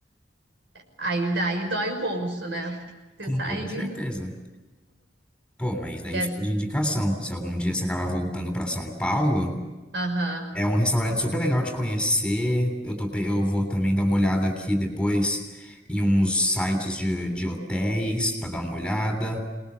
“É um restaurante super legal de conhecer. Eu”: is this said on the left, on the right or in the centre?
Centre